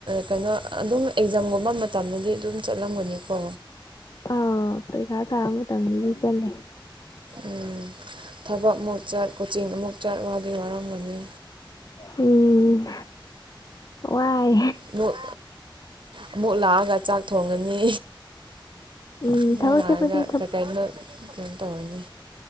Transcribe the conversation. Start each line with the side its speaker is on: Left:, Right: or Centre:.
Right: ꯀꯩꯅꯣ ꯑꯗꯨꯝ ꯑꯦꯛꯖꯥꯝꯒꯨꯝꯕ ꯃꯇꯝꯗꯗꯤ ꯑꯗꯨꯝ ꯆꯠꯂꯝꯒꯅꯤꯀꯣ
Left: ꯑꯥ ꯄꯩꯈꯥ ꯊꯥꯕ ꯃꯇꯝꯗꯤ ꯆꯠꯂꯦ
Right: ꯎꯝ ꯊꯕꯛ ꯑꯃꯨꯛ ꯆꯠ ꯀꯣꯆꯤꯡ ꯑꯃꯨꯛ ꯆꯠ ꯋꯥꯗꯤ ꯋꯥꯔꯝꯒꯅꯤ
Left: ꯎꯝ ꯋꯥꯏ
Right: ꯑꯃꯨꯛ ꯑꯃꯨꯛ ꯂꯥꯛꯑꯒ ꯆꯥꯛ ꯊꯣꯡꯉꯅꯤ
Left: ꯎꯝ
Right: ꯑꯃꯨꯛ
Left: ꯊꯕꯛ
Right: ꯂꯥꯛꯑꯒ
Left: ꯆꯠꯄꯗꯤ
Right: ꯀꯥ ꯀꯩꯅꯣ ꯀꯩꯟ ꯇꯧꯔꯥꯅꯤ